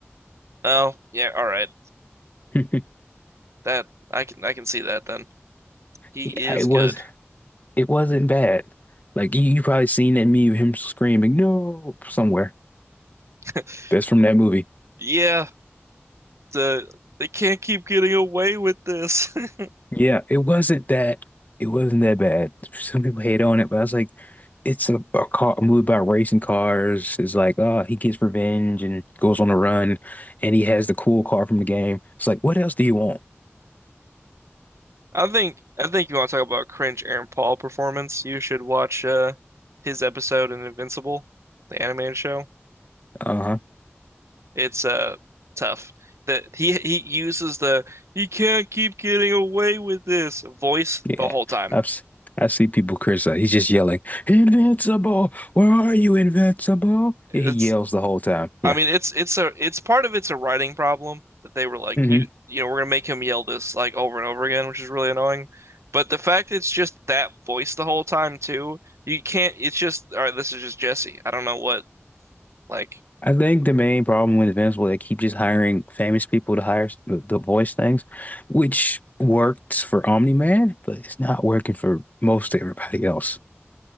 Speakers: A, on the right; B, on the left.
A: Oh yeah, all right.
B: <laughs>
A: That I can I can see that then. He
B: Yeah,
A: is
B: it was
A: good.
B: It wasn't bad. Like you, you probably seen that meme of him screaming no somewhere.
A: <laughs>
B: That's from that movie.
A: Yeah, the they can't keep getting away with this. <laughs>
B: Yeah, it wasn't that. It wasn't that bad. Some people hate on it, but I was like, it's a, a car a movie about racing cars. It's like, oh, he gets revenge and goes on a run, and he has the cool car from the game. It's like, what else do you want?
A: I think I think you want to talk about cringe Aaron Paul performance. You should watch uh, his episode in Invincible, the animated show.
B: Uh-huh.
A: It's uh tough. That he he uses the "he can't keep getting away with this" voice
B: Yeah,
A: the whole time.
B: I've s- I see people criticize. He's just yelling, "Invincible! Where are you, Invincible?"
A: It's
B: And he yells the whole time. Yeah.
A: I mean it's it's a it's part of it's a writing problem that they were like
B: Mm-hmm.
A: you you know we're gonna make him yell this like over and over again, which is really annoying. But the fact it's just that voice the whole time too, you can't. It's just all right. This is just Jesse. I don't know what like
B: I think the main problem with Invincible, they keep just hiring famous people to hire the, the voice things, which works for Omni-Man, but it's not working for most everybody else.